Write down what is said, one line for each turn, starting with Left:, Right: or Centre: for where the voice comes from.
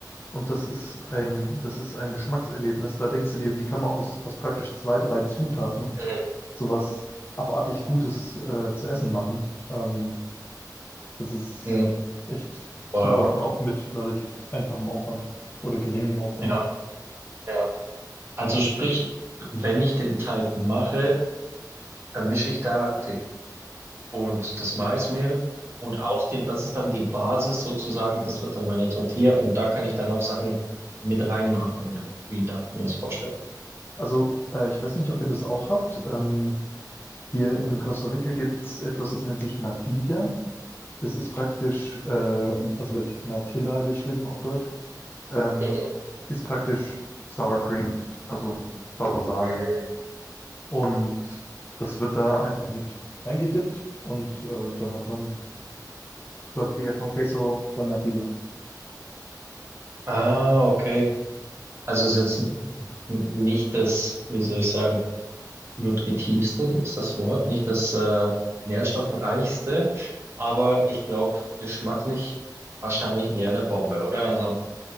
Left: und das ist ein, das ist ein Geschmackserlebnis. Da denkst du dir, wie kann man aus, aus praktisch zwei, drei Zutaten
Right: Mhm.
Left: sowas abartig Gutes äh, zu essen machen? Ähm, das ist
Right: Mhm.
Left: echt super
Right: Wow.
Left: und auch mit relativ einfachem Aufwand oder geringem Aufwand.
Right: Ja, ja. Also sprich, wenn ich den Teig mache, vermische ich da den und das Maismehl und aus dem, das ist dann die Basis sozusagen, das wird dann meine Tortilla und da kann ich dann noch Sachen mit reinmachen oder wie darf ich mir das vorstellen?
Left: Also, äh, ich weiß nicht, ob ihr das auch habt. Ähm, Hier in Costa Rica gibt es etwas, das nennt sich Natilla. Das ist praktisch, ähm, also wird Natilla geschrieben auf Deutsch, ähm,
Right: Mhm.
Left: ist praktisch Sour Cream, also saure Sahne.
Right: Mhm.
Left: Und das wird da einfach mit reingedippt und äh, dann hat man Tortilla con Queso von Natilla.
Right: Ah, okay. Also es ist jetzt n- nicht das, wie soll ich sagen, nutritivste, gibt es das Wort, nicht das äh, nährstoffreichste, aber ich glaube geschmacklich wahrscheinlich eher eine Bombe, oder? Also